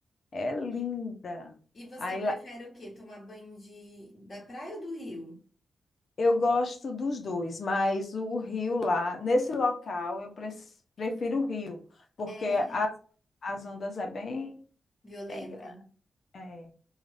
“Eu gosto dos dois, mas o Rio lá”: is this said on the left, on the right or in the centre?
Left